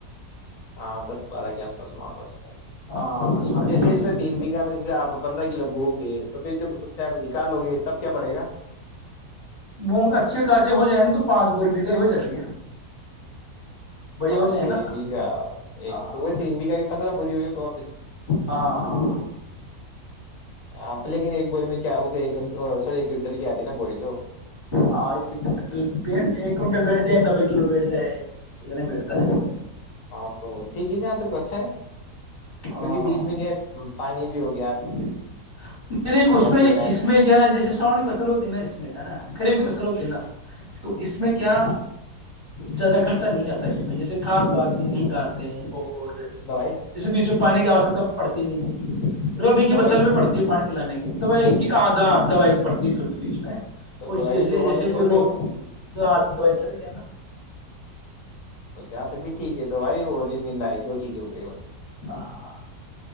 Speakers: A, on the left; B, on the left.
A: ہاں دس بارہ کے آس پاس م <unintelligible>
B: ہاں دس بارہ
A: اب جیسے
B: کلو
A: اس میں تین بیھہ میں جیسے آپ پندرہ ک لو بو گے تو پھر جب ٹائم نکالو گے تب کیا پڑے گا
B: مونگ اچھے خاص ہو جائے نا تو پانچ بور بگائی ہو جاتی ہے بڑھیا
A: پانچ
B: ہو جائے
A: بوری
B: نا
A: بیگا ایک
B: ہاں
A: تو وہ تین بیگا کہ پندرہ بور ہو تو واپس
B: ہاں
A: آپ لیکن ایک بوری میں چاہ سوری ایک کنٹل کی آتی ہے نا بوری تو
B: ہاں ایک ایک کنٹل بیٹ جائے نبے کلو بیٹ جائے بیٹھتا ہے
A: ہاں تو ٹھیک ہے جاں تک تو اچھا ہے
B: ہاں
A: کیونکہ بیچ میں کیا پانی بھی ہوگی
B: نہیں نہیں اس
A: بھی
B: میں
A: ہو گیا
B: اس میں کیا جیسے ساونی فصل ہوتی ہے نا اس میں ہے نا خریب کی فصل ہوتی نا <unintelligible> تو اس میں کیا زیادہ خرچہ نہیں آتا اس میں جیسے کھاد واد بھی نہیں ڈالتے ہیں اور <unintelligible>
A: دوائی
B: پانی کی آوشکتا پڑتی نہیں ہے روبی کی
A: دوائی
B: فصل میں پڑتی ہے پانی پلان کے دوائی کی دوائی کی پڑتی ہے رورت بیچ میں اور
A: تو دوائی
B: جیسے
A: بھی دو بار
B: جیسے
A: تو چھٹکتے
B: کوئی روگ
A: ہو گئے
B: دوائی چڑتے ہیں نا
A: تو جہاں تک بھی ٹھیک ہے دوائی اور نا ہے دو چیز ہو گئی
B: ہاں